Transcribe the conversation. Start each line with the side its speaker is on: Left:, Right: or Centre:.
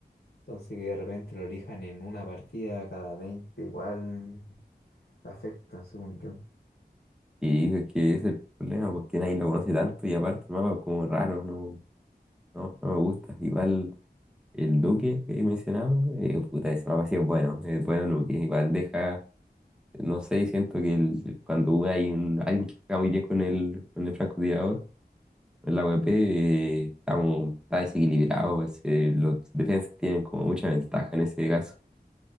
Left: Entonces que de repente lo elijan en una partida cada 20 igual afecta, según yo.
Centre: Y es que ese es el problema, porque nadie lo conoce tanto y aparte el mapa es como raro, no, no, no me gusta. Igual el Duque que he mencionado, eh, puta, ese mapa sí es bueno, es bueno Duque. Igual deja, no sé, siento que el- cuando hay un, alguien que juega muy bien con el, con el francotirador, en la AWP, eh, estamos, está desequilibrado, ese- los defensas tienen como mucha ventaja en ese caso.